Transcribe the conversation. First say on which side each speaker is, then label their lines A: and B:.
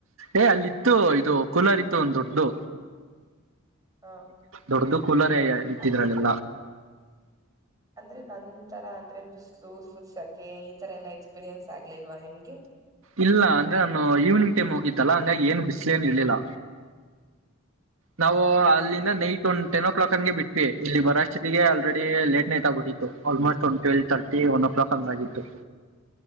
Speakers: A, on the right (about 80°); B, on the right (about 20°).
A: ಏ ಅಲ್ಲಿತ್ತು ಇದು ಕುಲಾರಿ ಇತ್ತು ಒಂದು ದೊಡ್ಡು
B: ಹ
A: ದೊಡ್ಡದು ಕುಲರೆ ಇಟ್ಟಿದ್ರಲ್ಲೆಲ್ಲ
B: ಅ ಅಂದ್ರೆ ನನ್ಂತರ ಅಂದ್ರೆ ಬಿಸಿ್ಲು ಫುಲ್ ಸೆಕೆ ಈ ತರ ಎಲ್ಲಾ ಎಕ್ಸ್ಪೀರಿಯನ್ಸ್ ಆಗ್ಲಿಲ್ವಾ ನಿಮ್ಗೆ
A: ಇಲ್ಲ ಅಂದ್ರೆ ನಾನು ಈವ್ನಿಂಗ್ ಟೈಮ್ ಹೋಗಿತ್ತಲ್ಲಾ ಹಂಗಾಗಿ ಏನು ಬಿಸಿಲು ಏನ್ ಇರ್ಲಿಲ್ಲ ನಾವು
B: ಹೌದಾ
A: ಅಲ್ಲಿಂದ ನೈಟ್ ಒಂದು್ ಟೆನ್ ಓ ಕ್ಲಾಕ್ ಅಂಗೆ ಬಿಟ್ವಿ ಇಲ್ಲಿ ಬರಷ್ಟತಿಗೆ ಆಲ್ರೆಡಿ ಲೇಟ್ ನೈಟ್ ಆಗಿಹೋಗಿತತ್ತು ಆಲ್ಮೋಸ್ಟ್ ಒಂದ್ twelve thirty one o'clock ಹಂಗ ಆಗತ್ತು